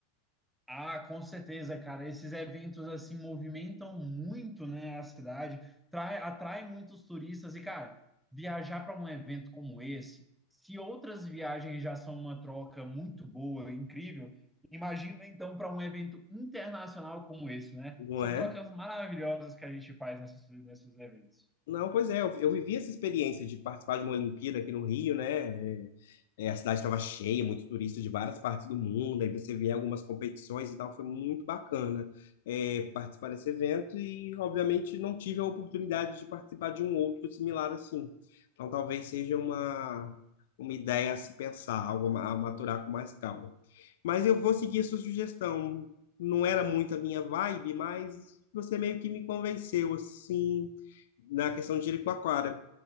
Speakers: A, in the centre; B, on the left.
A: Ah, com certeza, cara. Esses eventos assim movimentam muito, né, a cidade, trai, atrai muitos turistas e, cara, viajar para um evento como esse, se outras viagens já são uma troca muito boa, incrível, imagina então para um evento internacional como esse, né?
B: não
A: São
B: é?
A: trocas maravilhosas que a gente faz nessas- nesses eventos.
B: Não, pois é, eu, eu vivi essa experiência de participar de uma Olimpíada aqui no Rio, né? é, É, a cidade estava cheia, muito turista de várias partes do mundo, aí você vê algumas competições e tal, foi muito bacana é, participar desse evento e, obviamente, não tive a oportunidade de participar de um outro similar assim. Então, talvez seja uma, uma ideia a se pensar, algo a ma- a maturar com mais calma. Mas eu vou seguir a sua sugestão. Não era muito a minha vibe, mas você meio que me convenceu, assim, na questão de Jericoacoara.